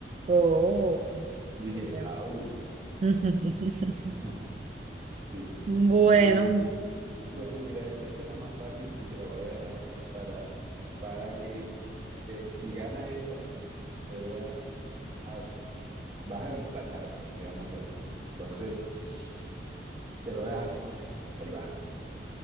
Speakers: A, on the right (about 35°); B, on the right (about 20°).
A: Oh.
B: dije,
A: Claro.
B: au.
A: <laughs>
B: <laughs> Sí.
A: Bueno,
B: eh, Bueno, mira, esta, esta es la más fácil y te la voy a dejar para, para que te- si ganas esta, te voy a, a- vas a empatarme, digámoslo así. Entonces, te lo voy a dejar fácil. Ahí va.